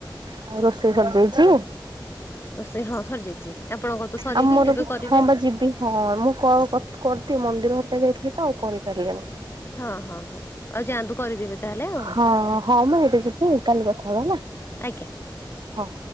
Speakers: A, on the right; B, on the left.
A: ଆଉ ରୋଷେଇ ସରିଯାଇଛି।
B: ରୋଷେଇ ହଁ ସରିଯାଇଛି ଆପଣଙ୍କର ତ ସରିନି
A: ଆଉ ମୋର
B: ଏବେ
A: ବି
B: କରିବେ।
A: ହଁ ବା ଯିବି ହଁ ମୁଁ କଲ୍ କରିଥି ମନ୍ଦିର ହେରିକ ଯାଇଥିଲି ତ ଆଉ କରିପାରିଲିନି।
B: ହଁ ହଁ ହଁ ଆଉ ଯାଆନ୍ତୁ କରିଦେବେ ତାହେଲେ ଆଉ।
A: ହଁ ହଁ ମୁଁ ଏବେ ଯିବି କାଲି କଥା ହବା ହେଲା।
B: ଆଜ୍ଞା।
A: ହଁ।